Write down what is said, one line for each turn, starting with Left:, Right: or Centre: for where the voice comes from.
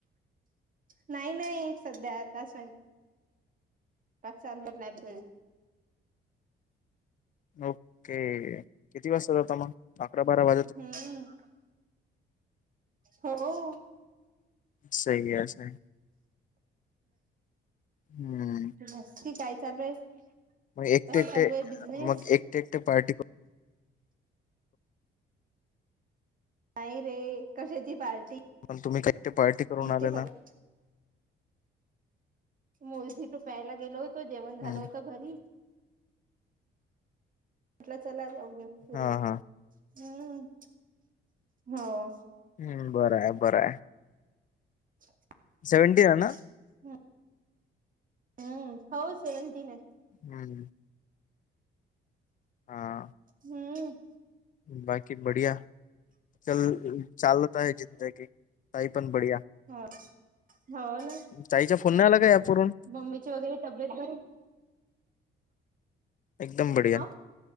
Right: नाही नाही संध्या आता स्वयं पाक चालू झाला आहे बघ.
Left: ओके. किती वाजता जाता मग अकरा बारा वाजता.
Right: हम्म हो..
Left: सही हे सही हम्म..
Right: नक्की काय चालूय, कस
Left: मग एकटे एकटे
Right: चालूय बिजनेस.
Left: मग एकटे एकटे पार्टी करून,
Right: नाही रे कशाची पार्टी.
Left: मग तुम्ही काही ते पार्टी करून आलेला.
Right: ते फक्त मुळजी तो प्यायला गेलो होतो. जेवण झालं
Left: हम्म
Right: होतं घरी, म्हटलं चला जाऊन येऊ फिरून.
Left: हा हा
Right: हम्म.. हो
Left: हम्म बराय बराय.
Right: <unintelligible>
Left: सेव्हनटीन ना,
Right: <unintelligible> हम्म हो सेव्हनटीन ये.
Left: हम्म. हा
Right: हम्म
Left: बाकी बढिया चल चालता ह जिंदगी तही पण बढिया
Right: हा हो ना
Left: ताईच्या फोनने आला का ॲप वरून
Right: मम्मीची वगैरे तब्येत बरी ये.
Left: एकदम बढिया,
Right: ह